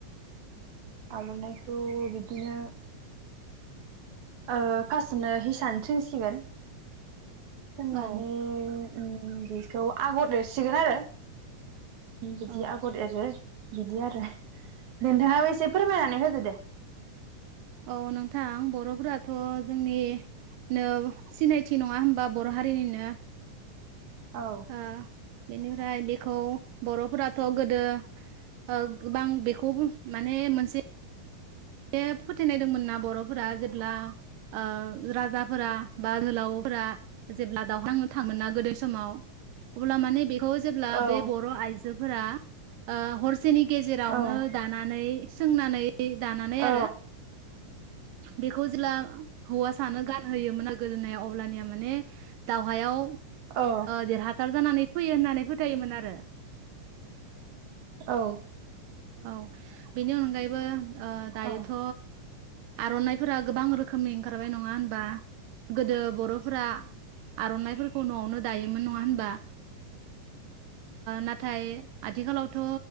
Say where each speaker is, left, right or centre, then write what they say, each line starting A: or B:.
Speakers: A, on the right; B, on the right.
A: आर'नाइखौ बिदिनो ओ फार्स्टनो हिसान सोंसिगोन सोंनानै
B: औ
A: उम खौ आगर एरसिगोन आरो बिदि
B: औ
A: आगर एरो बिदि आरो नोंथाङाबो एसे फोरमायनानै होदो दे।
B: औ नोंथां बर'फोराथ' जोंनिनो सिनायथि नङा होमबा बर' हारिनिनो।
A: औ।
B: ओ बेनिफ्राय बेखौ बर'फोराथ' गोदो ओ गोबां बेखौबो माने मोनसे बे फोथायनाय दंमोन ना बर'फोरा जेब्ला ओ राजाफोरा बा जोहोलावफोरा जेब्ला दावहा नांनो थाङोमोन ना गोदो समाव अब्ला माने बे खौ जेब्ला
A: औ
B: बे बर' आइजोफोरा ओ हरसेनि गेजेरावनो
A: औ
B: दानानै सोंनानै दानानै
A: औ
B: आरो बेखौ जेला हौवासानो गान होयोमोन गोदोनायाव अब्लानिया माने दावहायाव ओ
A: औ
B: देरहासार जानानै फैयो होननानै फोथायोमोन आरो
A: औ।
B: औ बेनि अनगायैबो ओ दायोथ'
A: औ
B: आर'नाइफोरा गोबां रोखोमनि ओंखारबाय नङा होनबा? गोदो बर'फोरा आर'नाफोरखौ न'आवनो दायोमोन नङा होनबा? नाथाय आथिखालावथ'